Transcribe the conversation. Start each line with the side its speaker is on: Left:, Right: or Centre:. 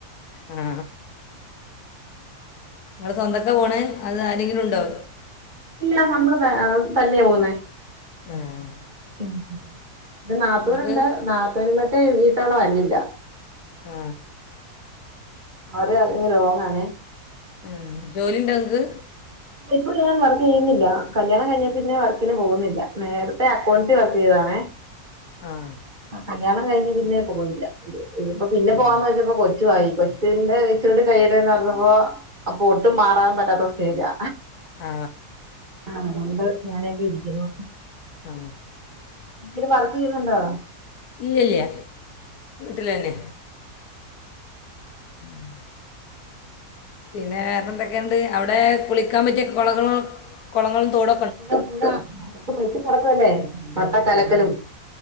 Left: ആ നിങ്ങള് സ്വന്തക്കാ പോണേ അതൊ ആരെങ്കിലും ഉണ്ടോ
Right: ഇല്ല നമ്മള് തന്നെയാ പോന്നെ
Left: ആഹ്
Right: ഉം പിന്നെ നാത്തൂന്നുണ്ട്
Left: നിങ്ങൾക്ക്
Right: നാത്തൂന് മറ്റേ വീട്ടാണ <unintelligible> വന്നില്ല
Left: ആ
Right: അതെ അങ്ങ് ലോങ്ങാണേ
Left: ആഹ് ജോലി ഇണ്ടോ നിങ്ങക്ക്
Right: ഇപ്പ ഞാൻ വർക്ക് ചെയ്യുന്നില്ല കല്യാണം കഴിഞ്ഞേ പിന്നെ വർക്ക്- പിന്നെ പോകുന്നില്ല നേരത്തെ അക്കൗസി വർക്ക് ചെയ്തതാണേ
Left: ആഹ്
Right: ആഹ് കല്യാണം കഴിഞ്ഞ് പിന്നെ പോയില്ല ഇനിയിപ്പോ പിന്നെ
Left: ഉം.
Right: പോവാന്ന് വെച്ചപ്പോ കൊച്ചുംയായി കൊച്ചിന്റെ ഇച്ചുരുടെ കഴിയട്ടെ എന്നോർത്തപ്പോ - അപ്പൊ ഒട്ടും മാരാൻ പറ്റാത്ത ഒരു സ്റ്റേജാ
Left: ആ
Right: ആണ് ഉണ്ട് ഞാനൊക്കെ ഇരിക്കുന്നു
Left: ആ
Right: എന്നെങ്കിലും വർക്കീയുന്നുണ്ടോ
Left: ഇല്ലല്ല്യ ഇല്ലന്നെ <unintelligible> പിന്നെ വേറെ എന്തൊക്കെണ്ട് അവിടെ കുളിക്കാൻ പറ്റിയ കൊളകളും കൊളങ്ങളും തോട
Right: പുഴ പുഴ അഹ് മെത്തി കിടക്കല്ലേ കത്ത കലക്കലും